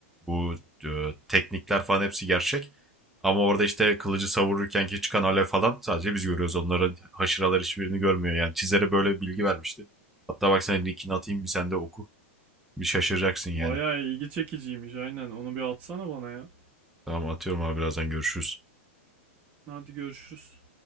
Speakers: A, in the centre; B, on the right.
A: bu e, teknikler falan hepsi gerçek. Ama orada işte kılıcı savururken ki çıkan alev falan sadece biz görüyoruz. Onların haşıralar hiçbirini görmüyor. Yani çizere böyle bir bilgi vermişti. Hatta bak sen linkini atayım bir sen de oku. Bir şaşıracaksın yani.
B: Bayağı ilgi çekiciymiş aynen. Onu bir atsana bana ya.
A: Tamam atıyorum abi birazdan görüşürüz.
B: Hadi görüşürüz.